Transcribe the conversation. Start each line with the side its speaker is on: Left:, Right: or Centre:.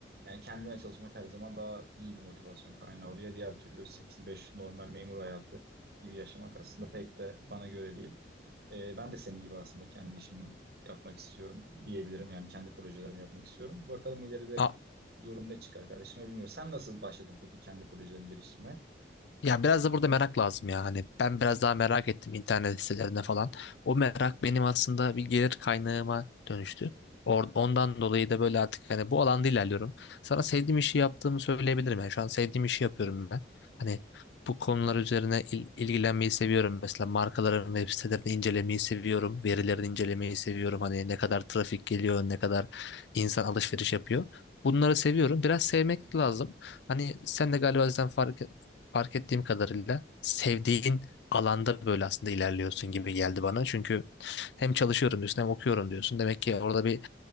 Right: yani kendine çalışmak her zaman daha iyi bir motivasyon kaynağı oluyor diğer türlü sekiz beş normal memur hayatı gibi yaşamak aslında pek de bana göre değil Ee, ben de senin gibi aslında kendi işimi yapmak istiyorum diyebilirim. Yani kendi projelerimi yapmak istiyorum. Bakalım ileride
Left: A-
Right: durum ne çıkar kardeşime bilmiyorum. Sen nasıl başladın peki kendi projelerini geliştirmeye?
Left: Ya biraz da burada merak lazım ya. Hani ben biraz daha merak ettim internet sitelerine falan. O merak benim aslında bir gelir kaynağıma dönüştü. Or- Ondan dolayı da böyle artık hani bu alanda ilerliyorum. Sana sevdiğim işi yaptığımı söyleyebilirim yani. Şu an sevdiğim işi yapıyorum ben. Hani bu konular üzerine il- ilgilenmeyi seviyorum. Mesela markaların web sitelerini incelemeyi seviyorum. Verilerini incelemeyi seviyorum. Hani ne kadar trafik geliyor, ne kadar insan alışveriş yapıyor. Bunları seviyorum. Biraz sevmek lazım. Hani sen de galiba zaten fark, fark ettiğim kadarıyla sevdiğin alanda böyle aslında ilerliyorsun gibi geldi bana. Çünkü hem çalışıyorum diyorsun hem okuyorum diyorsun. Demek ki orada bir